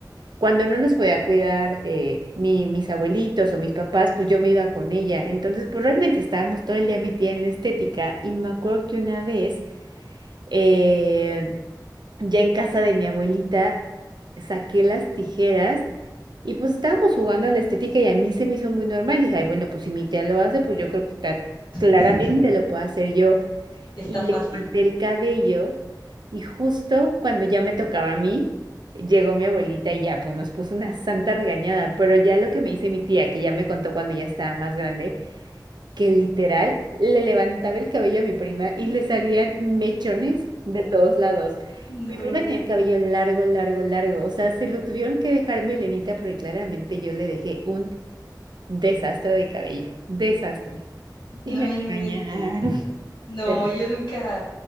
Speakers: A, on the right; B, on the left.
A: Cuando no nos podía cuidar eh, mi- mis abuelitos o mis papás, pues yo me iba con ella. Entonces, pues realmente estábamos todo el día metida en la estética. Y me acuerdo que una vez, eh, ya en casa de mi abuelita, saqué las tijeras. Y pues estábamos jugando a la estética y a mí se me hizo muy normal. Dije, ay, bueno, pues si mi tía lo hace, pues yo creo que ca-
B: <laughs>
A: claramente lo puedo hacer yo.
B: está
A: Y
B: fácil.
A: le corté el cabello y justo cuando ya me tocaba a mí, llegó mi abuelita y ya, pues nos puso una santa regañada. Pero ya lo que me dice mi tía, que ya me contó cuando ya estaba más grande, que literal le levantaba el cabello a mi prima y le salían mechones de todos lados.
B: No,
A: Mi prima tenía el cabello largo, largo, largo. O sea, se lo tuvieron que dejar melenita porque claramente yo le dejé un desastre de cabello. Desastre. Y
B: no
A: me
B: inventes.
A: regañaron. <laughs>
B: No,
A: Pero...
B: yo nunca.